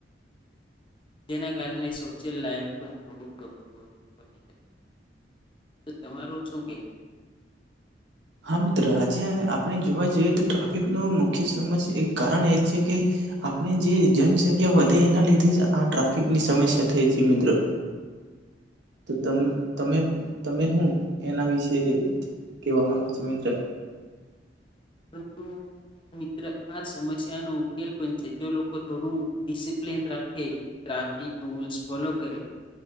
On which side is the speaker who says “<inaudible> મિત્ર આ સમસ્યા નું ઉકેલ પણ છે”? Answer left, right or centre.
Left